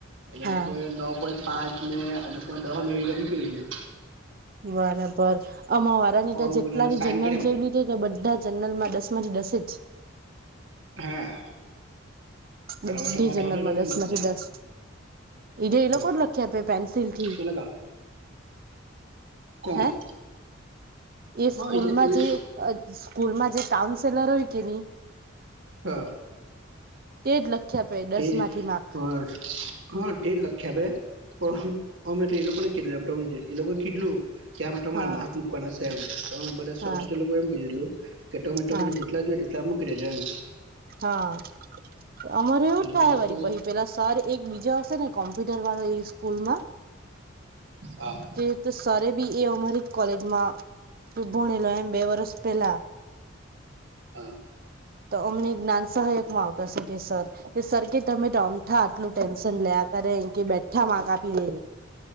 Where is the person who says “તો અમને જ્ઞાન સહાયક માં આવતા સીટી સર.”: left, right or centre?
Right